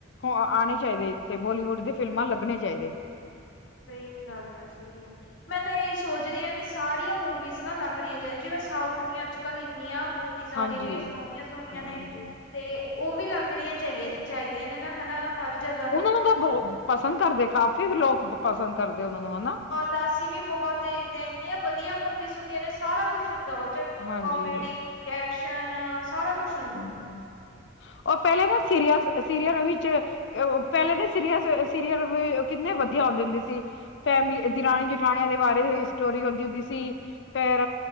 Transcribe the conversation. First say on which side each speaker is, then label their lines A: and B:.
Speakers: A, on the left; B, on the left.
A: ਆਉਣੇ ਚਾਹੀਦੇ ਇੱਥੇ ਬੋਲੀਵੁੱਡ ਦੇ ਫਿਲਮਾਂ ਲੱਗਣੇ ਚਾਹੀਦੇ।
B: ਸਹੀ ਗੱਲ ਹੈ ਸਹੀ ਹੈ ਮੈਂ ਤਾਂ ਇਹੀ ਸੋਚਦੀ ਹਾਂ ਵੀ ਸਾਰੀਆਂ ਮੂਵੀਜ਼ ਨਾ ਲੱਗਣੀਆਂ। ਜਿਵੇਂ ਸਾਊਥ ਦੀਆਂ ਅੱਜ ਕੱਲ੍ਹ ਇੰਨੀਆਂ ਮੂਵੀਜ਼ ਆ
A: ਹਾਂਜੀ
B: ਇੰਨੀਆਂ ਸੋਹਣੀਆਂ ਸੋਹਣੀਆਂ
A: ਹਾਂਜੀ
B: ਨੇ। ਤੇ ਉਹ ਵੀ ਲੱਗਣੀਆਂ ਚਾਹੀ ਚਾਹੀਦੀਆਂ ਨੇ ਨਾ ਹਨਾ ਹਰ। ਜਗ੍ਹਾ।
A: ਉਹਨਾਂ ਨੂੰ ਤਾਂ ਬਹੁ ਪਸੰਦ ਕਰਦੇ ਕਾਫੀ ਲੋਕ ਪਸੰਦ ਕਰਦੇ ਉਹਨਾਂ ਨੂੰ ਹਨਾ।
B: ਤਾਂ ਅਸੀਂ ਵੀ ਬਹੁਤ ਦੇਖਦੇ ਹਾਂ ਇੰਨੀਆਂ ਵਧੀਆ ਮੂਵੀਜ਼ ਹੁੰਦੀਆਂ ਨੇ ਸਾਰਾ ਕੁਛ ਹੁੰਦਾ। ਉਹਦੇ ਵਿੱਚ
A: ਹਾਂਜੀ
B: ਕੋਮੇਡੀ ਐਕਸ਼ਨ ਸਾਰਾ ਕੁਛ ਹੁੰਦਾ।
A: ਹਮ ਉਹ ਪਹਿਲੇ ਨਾ ਸੀਰੀਅਲ - ਸੀਰੀਅਲ ਵਿੱਚ ਪਹਿਲੇ ਦੇ ਸੀਰੀਅਲ - ਸੀਰੀਅਲ ਵੀ ਕਿੰਨੇ ਵਧੀਆ ਆਉਂਦੇ ਹੁੰਦੇ ਸੀ। ਫੈਮਿਲੀ ਦੀ ਰਾਣੀ ਜਠਾਣੀਆਂ ਦੇ ਬਾਰੇ ਸਟੋਰੀ ਹੁੰਦੀ - ਹੁੰਦੀ ਸੀ। ਫੇਰ